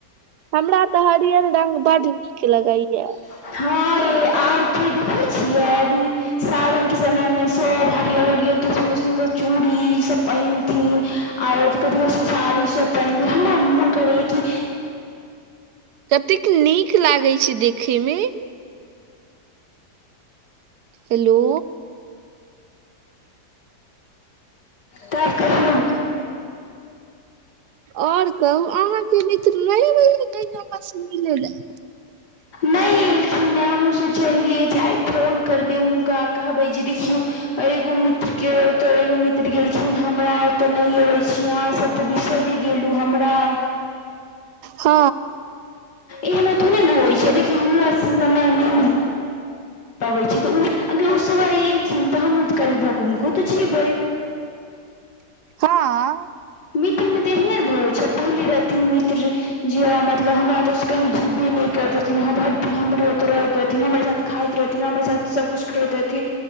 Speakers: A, on the right (about 75°); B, on the left (about 80°).
A: हमरा तऽ हरियर रंग बड्ड नीक लगैए।
B: हँ, आब फेर देखै छी, अभी। सावनक समय में सभ हरियर-हरियर, सुनदर- सुन्दर चूड़ी सभ पहिरथिन। आओर कथी कही, साड़ी सभ पहिनथिन, हमरा मोन करैए कि
A: कतेक नीक लागैत छै देखे में। हेलो।
B: तब कहियौ।
A: आओर कहू, अहाँक मित्र नै अबैया कहियो आहां सँ मिलय लेल?
B: नै एलखिन हँ। हमहूँ सोचलियै जे आइ फोन करबै हुनका, कहबै जे देखियौ। एगो मित्र। केओ तऽ एगो मित्र गेलखिन, हमरा अतऽ नै आबै छी, अहाँ सभ तऽ बिसरि गेलहुँ हमरा तऽ।
A: हँ।
B: एहना थोड़े ने होइ छै, देखियौ हमरा सबके समय में अबैत छै तऽ। अगर ओ सब आइ एलखिन तऽ हम ओहि काल्हि भऽ कऽ हुनको तऽ जेबै।
A: हँ।
B: मित्र में तऽ एहने भऽ जाइ छै, पहिले रहथिन मित्र। जे मतलब, हमरा ओतऽ की कहियो जेबै नै करैत रहथिन? भैर दिन हमरा ओतऽ रहैत रहथिन, हमरहि साथे हमरे साथ खाइत रहथिन, हमरे साथ सब कुछ करैत रहथिन।